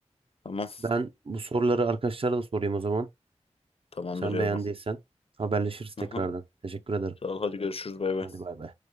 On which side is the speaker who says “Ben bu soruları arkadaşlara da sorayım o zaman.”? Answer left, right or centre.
Right